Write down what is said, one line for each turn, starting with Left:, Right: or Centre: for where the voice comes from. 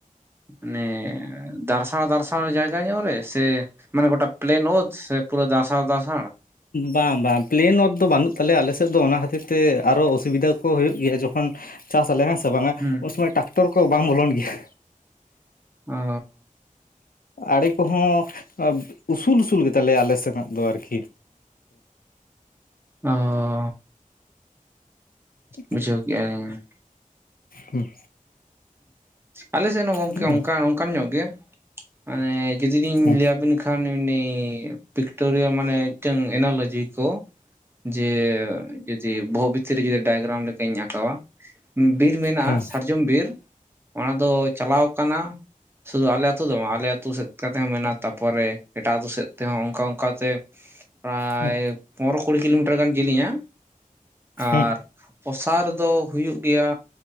Right: ᱢᱟᱱᱮ ᱫᱟᱨᱥᱟᱶ ᱫᱟᱨᱥᱟᱶ ᱡᱟᱭᱜᱟ ᱧᱚᱜ ᱨᱮ ᱥᱮ ᱢᱟᱱᱮ ᱜᱚᱴᱟ ᱯᱮᱞᱮᱱ ᱚᱛ ᱥᱮ ᱯᱩᱨᱟᱹ ᱫᱟᱥᱟᱶ ᱫᱟᱸᱥᱟᱲ?
Left: ᱵᱟᱝ ᱵᱟᱝ ᱯᱮᱞᱮᱱ ᱚᱛ ᱫᱚ ᱵᱟᱹᱱᱩᱜ ᱛᱟᱞᱮᱭᱟ ᱟᱞᱮ ᱥᱮᱫ ᱫᱚ ᱚᱱᱟ ᱠᱷᱟᱹᱛᱤᱨ ᱛᱮ ᱟᱨᱚ ᱚᱥᱩᱵᱤᱫᱷᱟ ᱠᱚ ᱦᱩᱭᱩᱜ ᱜᱮᱭᱟ ᱡᱚᱠᱷᱚᱱ ᱪᱟᱥ ᱟᱞᱮ ᱦᱮᱸ ᱥᱮ ᱵᱟᱝᱟ
Right: ᱦᱩᱸ
Left: ᱩᱱ ᱥᱚᱢᱚᱭ ᱴᱟᱠᱴᱚᱨ ᱠᱚ ᱵᱟᱝ ᱵᱚᱞᱚᱱ ᱜᱮᱭᱟ
Right: ᱚ
Left: ᱟᱲᱮ ᱠᱚᱦᱚᱸ ᱩᱥᱩᱞ ᱩᱥᱩᱞ ᱜᱮᱛᱟᱞᱮᱭᱟ ᱟᱞᱮ ᱥᱮᱱᱟᱜ ᱫᱚ ᱟᱨᱠᱤ
Right: ᱚᱸ
Left: <inaudible>
Right: ᱵᱩᱡᱷᱟᱹᱣ ᱠᱮᱜᱼᱟᱞᱤᱧ
Left: ᱦᱩᱸ
Right: ᱟᱞᱮ ᱥᱮᱫ ᱦᱚᱸ ᱜᱚᱝᱠᱮ
Left: ᱦᱩᱸ
Right: ᱚᱱᱠᱟ ᱚᱝᱠᱟᱱ ᱧᱚᱜ ᱜᱮᱭᱟ ᱢᱟᱱᱮ ᱡᱩᱫᱤ ᱞᱤᱧ
Left: ᱦᱮᱸ
Right: ᱞᱟᱹᱭᱟᱵᱤᱱ ᱠᱷᱟ ᱠᱷᱟᱱ ᱩᱱᱤ ᱯᱤᱠᱴᱚᱨᱤᱭᱟ ᱢᱟᱱᱮ ᱢᱤᱫᱴᱤᱝ ᱮᱱᱳᱞᱳᱡᱤ ᱠᱚ ᱡᱮ ᱡᱩᱫᱤ ᱵᱚᱦᱚᱜ ᱵᱷᱤᱛᱤᱨ ᱡᱩᱫᱤ ᱰᱟᱭᱟᱜᱨᱟᱢ ᱠᱚ ᱛᱤᱧ ᱟᱸᱠᱟᱠᱟᱣ-ᱟ ᱵᱤᱨ ᱢᱮᱱᱟᱜᱼᱟ
Left: ᱦᱮᱸ
Right: ᱥᱟᱨᱡᱚᱢ ᱵᱤᱨ ᱚᱱᱟ ᱫᱚ ᱪᱟᱞᱟᱣ ᱠᱟᱱᱟ ᱥᱩᱫᱷᱩ ᱟᱞᱮ ᱟᱹᱛᱩ ᱫᱚ ᱵᱟᱝ ᱟᱞᱮ ᱟᱹᱛᱩ ᱥᱮᱫ ᱠᱟᱛᱮ ᱦᱚᱸ ᱢᱮᱱᱟᱜᱼᱟ ᱛᱟᱯᱚᱨᱮ ᱮᱴᱟᱜ ᱟᱹᱛᱩ ᱥᱮᱫ ᱛᱮᱦᱚᱸ ᱚᱝᱠᱟ ᱚᱝᱠᱟᱛᱮ ᱯᱨᱟᱭ
Left: ᱦᱩᱸ
Right: ᱯᱚᱸᱨᱨᱚ ᱠᱩᱲᱤ ᱠᱤᱞᱳᱢᱤᱴᱟᱨ ᱜᱟᱱ ᱡᱮᱞᱤᱧᱟ
Left: ᱦᱩᱸ,
Right: ᱟᱨ ᱚᱥᱟᱨ ᱫᱚ ᱦᱩᱭᱩᱜ ᱜᱮᱭᱟ